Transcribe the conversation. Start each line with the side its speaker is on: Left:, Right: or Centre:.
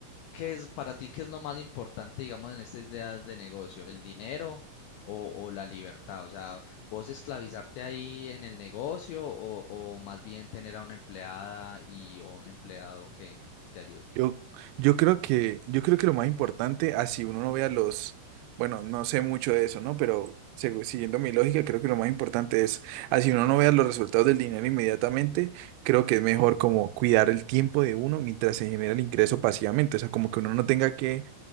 Left: ¿qué es para ti, qué es lo más importante, digamos, en estas ideas de negocio? ¿El dinero o, o la libertad? O sea, ¿vos esclavizarte ahí en el negocio o, o más bien tener a una empleada y o un empleado que, que te ayude?
Right: Yo, yo creo que, yo creo que lo más importante, así uno no vea los, bueno, no sé mucho de eso, ¿no? Pero segu- siguiendo mi lógica, creo que lo más importante es, así uno no vea los resultados del dinero inmediatamente, creo que es mejor como cuidar el tiempo de uno mientras se genera el ingreso pasivamente, o sea, como que uno no tenga que